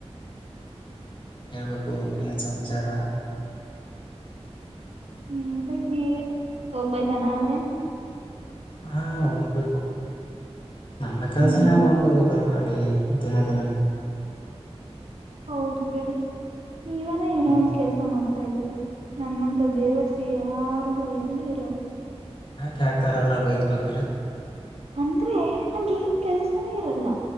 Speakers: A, on the left; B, on the right.
A: ಹೇಳ್ಬೇಕು ಏನ್ ಸಮಾಚಾರ
B: ಹ್ಮ್ ಹೇಳಬೇಕು ನೀವೇ ಹೋಗಬೇಕಾ ನಾಳೆ
A: ಹಾ ಹೋಗೋಗ್ಬೇಕು ನಮ್ಮ ಕೆಲ್ಸ
B: ಹ್ಮ್
A: ನಾವು ನೋಕೋಬೇಕಲ್ವಾ ದಿನ ದಿನ
B: ಹೌದು ಬಿಡಿ ನೀವೇನೋ ಏನೋ
A: ಹ್ಮ್
B: ಒಂದ್ ಕೆಲಸ ಮಾಡ ತಾ ಇದ್ದೀರ ನನ್ನಂತ ಬೇವರ್ಸಿ ಯಾರಿಗು ಎಲ್ಲೂ ಇರಲ್ಲ
A: ಯಾಕೆ ಹಾಕ್ತಾರಲ್ಲ ಬೈಕೊಳ್ತರ
B: ಅಂದ್ರೆ ನಂ ಏನ್ ಕೆಲ್ಸನೇ ಇರಲ್ಲ